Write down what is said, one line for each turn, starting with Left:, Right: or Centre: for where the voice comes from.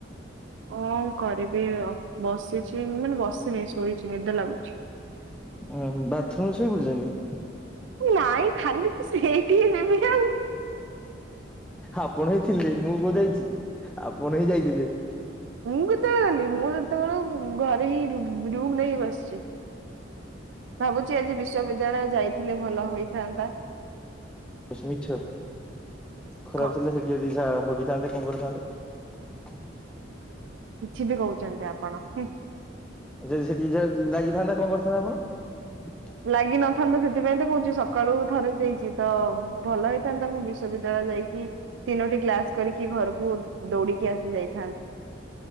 Right: ହଁ କରିବି ବସିଛି ମୁଁ ମାନେ ବସିନି ଶୋଇଛି। ନିଦ ଲାଗୁଛି।
Centre: ଉଁ ହୁଁ ବାଥରୁମରେ ଶୋଇପଡ଼ିଛନ୍ତି।
Right: ନାଇଁ ଖାଲି ତ ସେଇଠିକି ଯିବି ଆଉ।
Centre: ଆପଣ ଥିଲେ ମୁଁ ଜାଇଛି ଆପଣ ହିଁ ଯାଇଥିଲେ।
Right: ମୁଁ କେତେବେଳେ ଗଲି ମୁଁ ଯେତେବେଳେ ଘରେ ହିଁ ରୁମ ନେଇ ବସିଛି। ଭାବୁଛି ଆଜି ବଶ୍ୱବିଦ୍ୟାଳୟ ଯାଇଥିଲେ ଭଲ ହୋଇଥାନ୍ତା?
Centre: ଏ ସବୁ ମିଛ ଖରାପ
Right: କଣ
Centre: ଥିଲେ ସେଠି ଯଦି ଯାହା ର ଭୋଗିଥାନ୍ତେ କଣ କରିଥାନ୍ତେ?
Right: କିଛି ବି କହୁଛନ୍ତି ଆପଣ ହୁଁ।
Centre: ଯଦି ସେଠି ଯା ଲାଗିଥାନ୍ତା କଣ କରିଥାନ୍ତେ ଆପଣ?
Right: ଲାଗିିନଥାନ୍ତତା ସେଥିପାଇଁ ତ କହୁ ଛି ସକାଳୁ ଥରେ ଦେଇଛି ତ ଭଲ ହେଇଥାନ୍ତା ମୁଁ ବିଶ୍ୱବିଦ୍ୟାଳୟ ଯାଇ କି ତିନୋଟି କ୍ଲାସ କରିକି ଘରକୁ ଦୌଡିକି ଆସି ଯାଇଥାନ୍ତି।